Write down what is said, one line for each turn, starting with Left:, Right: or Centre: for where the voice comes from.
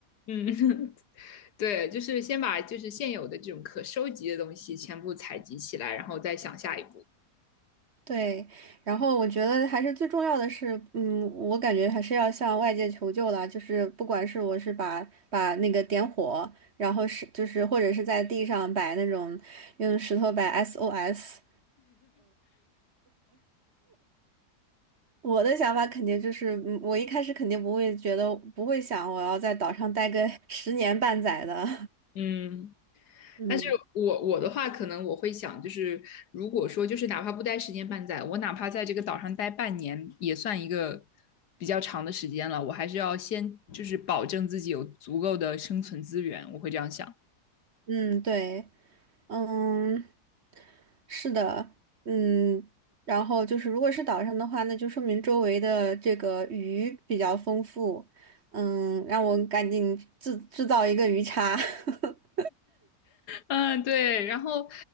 Left: 嗯，<laughs> 对，就是先把就是现有的这种可收集的东西全部采集起来，然后再想下一步。
Right: 对，然后我觉得还是最重要的是，嗯，我感觉还是要向外界求救啦，就是不管是我是把把那个点火，然后是就是或者是在地上摆那种用石头摆 SOS，我的想法肯定就是，嗯我一开始肯定不会觉得不会想我要在岛上待个十年半载的，
Left: 嗯，
Right: <laughs> 嗯
Left: 但是我我的话，可能我会想，就是如果说就是哪怕不待十年半载，我哪怕在这个岛上待半年，也算一个比较长的时间了。我还是要先就是保证自己有足够的生存资源，我会这样想。
Right: 嗯，对。嗯，是的，嗯，然后就是如果是岛上的话，那就说明周围的这个鱼比较丰富，嗯，让我赶紧制制造一个鱼叉。<laughs>
Left: 嗯，对，然后，